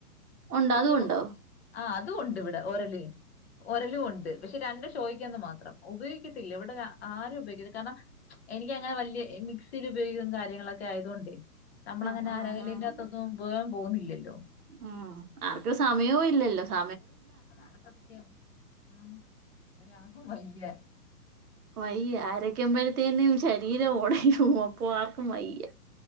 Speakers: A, on the right; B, on the left.
A: ഉണ്ടോ
B: അയ്യോ
A: അതും ഉണ്ടോ
B: ആ അതും ഉണ്ട് ഇവിടെ ഓരല് ഒരലും ഉണ്ട് പക്ഷെ രണ്ടും സോയ്ക ന്ന് മാത്രം ഉപയോഗിക്കത്തില്ല ഇവിടെ ആരും ഉപയോഗിക്ക കാരണം എനിക്ക് അങ്ങനെ വലിയ മിക്സിയി ഉപയോഗിക്കുന്ന താ കാര്യങ്ങളൊക്കെ ആയതൊണ്ട് നമ്മള
A: ആഹ്
B: അങ്ങനെ
A: ആഹ്
B: ആകന്റെകത്തൊന്നും
A: ആഹ്
B: ഉപയം പോകുന്നില്ലല്ലോ
A: ആഹ് ആർക്കും സമയോം ഇല്ലല്ലോ സ
B: അതാണ് സത്യം ആഹ് ഒരാക്കും വയ്യ
A: വയ്യ ആരക്ക്മ്പഴത്തേനും ശരീരം ഒടയും അപ്പൊ ആർക്കും വയ്യ